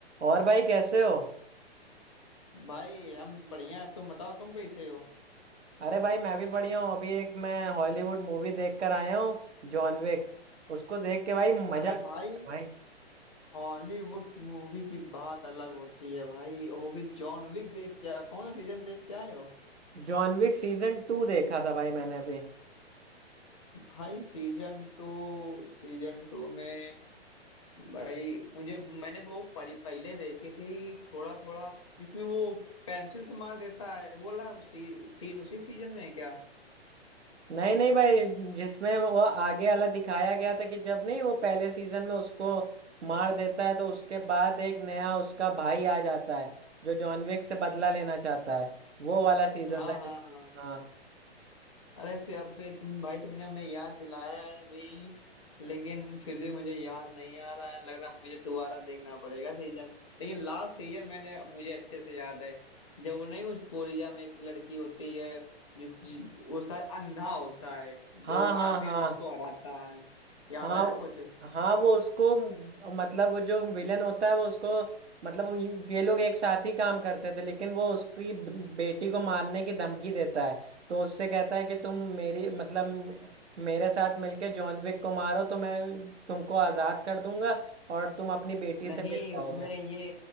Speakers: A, on the right; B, on the left.
A: और भाई कैसे हो
B: भाई हम बढ़िया हैं तुम बताओ तुम कैसे हो
A: अरे भाई मैं भी बढ़िया हूँ अभी एक मैं हॉलीवुड मूवी देख कर आया हूँ जॉन विक उसको देख के भाई मजा
B: अरे
A: आ गया
B: भाई
A: भाई
B: हॉलीवुड मूवी की बात अलग होती है भाई वो भी जॉन विक देख के आया कौन सा सीजन देख के आए हो
A: जॉन विक सीजन टू देखा था भाई मैंने अभी
B: भाई सीजन टू सीजन टू में भाई मुझे मैंने वो पड़ी पहले देखी थी थोड़ा थोड़ा जिसमें वो पेंसिल से मार देता है वो वाला सी, सीन उसी सीजन में है क्या
A: नहीं नहीं भाई जिसमें वो आगे वाला दिखाया गया था कि जब नहीं वो पहले सीजन में उसको मार देता है तो उसके बाद एक नया उसका भाई आ जाता है जो जॉन विक से बदला लेना चाहता है वो वाला सीजन
B: हाँ
A: था जिस-
B: हाँ हाँ
A: हाँ
B: अरे फिर अबे तुम भाई तुमने हमें याद दिलाया है भाई लेकिन फिर भी मुझे याद नहीं आ रहा है लग रहा है मुझे दोबारा देखना पड़ेगा सीजन लेकिन लास्ट सीजन मैंने मुझे अच्छे से याद है जब वो नहीं उस कोरिया में एक लड़की होती है जिस जि, वो शायद अंधा होता है जो
A: हाँ
B: आखिरी
A: हाँ हाँ
B: में जिसको हराता है याद
A: हाँ
B: आया कुछ
A: हाँ वो उसको मतलब वो जो विलन होता है वो उसको मतलब ये ये लोग एक साथ ही काम करते थे लेकिन वो उसकी ब- बेटी को मारने की धमकी देता है तो उससे कहता है कि तुम मेरी मतलब मे- मेरे साथ मिलके जॉन विक को मारो तो मैं तुमको आजाद कर दूंगा और तुम अपनी बेटी
B: नहीं
A: से मिल पाओगे
B: उसमें ये